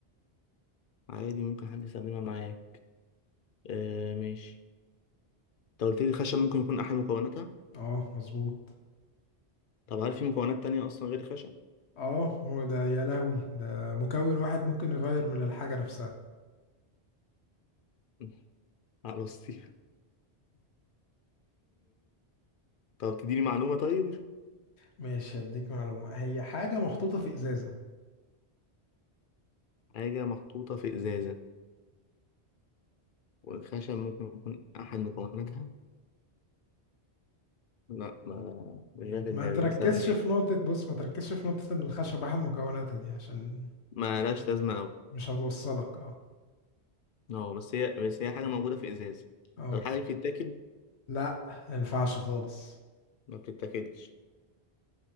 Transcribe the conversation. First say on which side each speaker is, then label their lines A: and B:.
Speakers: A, on the left; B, on the left.
A: عادي ممكن حد يستخدمها معايا آه ماشي أنت قلت لي الخشب ممكن يكون أحد مكوناتها
B: اه مظبوط
A: طب هل في مكونات تانية أصلا غير الخشب؟
B: اه ما هو ده يا لهوي ده مكون واحد ممكن يغير من الحاجة نفسها
A: <laughs> على طيب طب تديني معلومة طيب
B: ماشي هديك معلومة هي حاجة محطوطة في إزازة
A: حاجة محطوطة في إزازة والخشب ممكن يكون أحد مكوناتها لا ما مش جاية في
B: ما
A: دماغي
B: تركزش
A: مثلا إيه
B: في نقطة بص ما تركزش في نقطة إن الخشب أحد مكوناتها دي عشان
A: ما لهاش لازمة أوي
B: مش هتوصلك اه
A: أه بس هي بس هي حاجة موجودة في إزازة
B: اه
A: طب الحاجة دي بتتاكل؟
B: لا ما ينفعش خالص
A: ما بتتاكلش